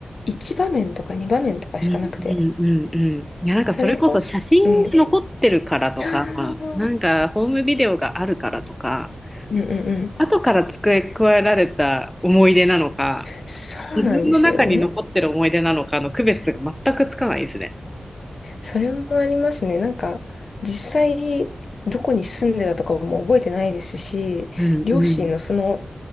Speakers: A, on the left; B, in the centre.
A: 1場面とか2場面とかしかなくて。
B: うんうんうんうん。いや、なんかそれこそ写真が残ってるからとか、
A: それこそ、うん。そうそうそうそう。
B: なんかホームビデオがあるからとか、
A: うんうんうん。
B: 後から付け加えられた思い出なのか、
A: そうなんですよね。
B: 自分の中に残ってる思い出なのかの区別が全くつかないですね。
A: それもありますね。なんか、実際、どこに住んでたとかも覚えてないですし、
B: うんうん
A: 両親のその、